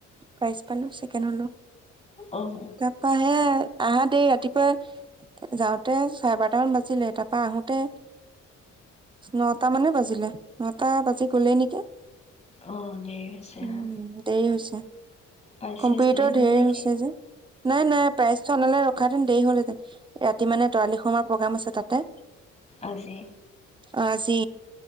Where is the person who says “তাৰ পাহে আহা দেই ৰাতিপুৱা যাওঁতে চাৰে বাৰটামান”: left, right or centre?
Right